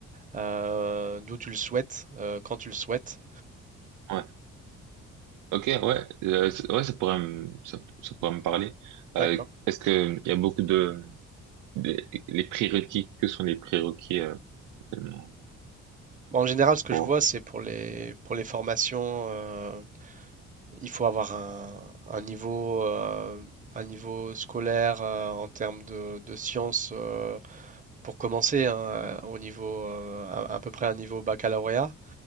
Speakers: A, on the right (about 25°); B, on the right (about 85°).
A: euh, d'où tu le souhaites, euh, quand tu le souhaites.
B: Ouais. Ok, ouais. Euh, c- ouais, ça pourrait me, ça, ça pourrait me parler.
A: D'accord.
B: Euh, est-ce que il y a beaucoup de, de- les prérequis, que sont les prérequis, euh, tellement
A: Bon, en général, ce que
B: pour,
A: je vois, c'est pour les, pour les formations, euh, il faut avoir un, un niveau, euh, un niveau scolaire euh, en termes de, de sciences euh, pour commencer, hein, au niveau, euh, à, à peu près un niveau baccalauréat.